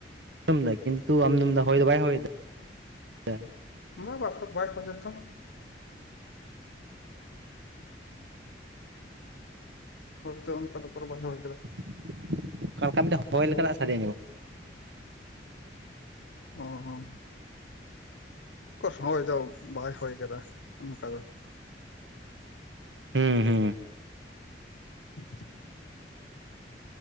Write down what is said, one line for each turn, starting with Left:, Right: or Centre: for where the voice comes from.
Right: ᱟᱸᱡᱽᱼᱚᱢ ᱮᱫᱟ ᱠᱤᱱᱛᱩ ᱟᱢ ᱫᱚᱢ ᱢᱮᱱ ᱫᱟ ᱦᱚᱭ ᱫᱚ ᱵᱟᱭ ᱦᱚᱭ ᱮᱫᱟ ᱭᱟ,
Left: ᱵᱟ ᱵᱟᱝ ᱩᱠ ᱵᱟᱭ ᱯᱷᱮᱵᱽᱡᱮ ᱛᱚ, ᱦᱚᱭ ᱛᱚ ᱚᱱᱠᱟ ᱫᱚ ᱚᱠᱚᱨ ᱵᱟᱭ ᱦᱚᱭ ᱟᱠᱟᱫᱟ᱾
Right: <unintelligible> ᱚᱠᱟ ᱞᱮᱠᱟ ᱢᱮᱫᱴᱟᱜ ᱦᱚᱭ ᱞᱮᱠᱟᱱᱟᱜ ᱥᱟᱰᱮ ᱟᱸᱡᱽᱚᱢᱚᱜ ᱠᱟᱱᱟ᱾
Left: ᱚᱸᱦᱚᱸ, ᱠᱚᱥ ᱦᱚᱭ ᱫᱚ ᱵᱟᱭ ᱦᱚᱭ ᱟᱠᱟᱫᱟ, ᱚᱱᱠᱟ ᱫᱚ᱾
Right: ᱦᱩᱸ ᱦᱩᱸ᱾
Left: <inaudible>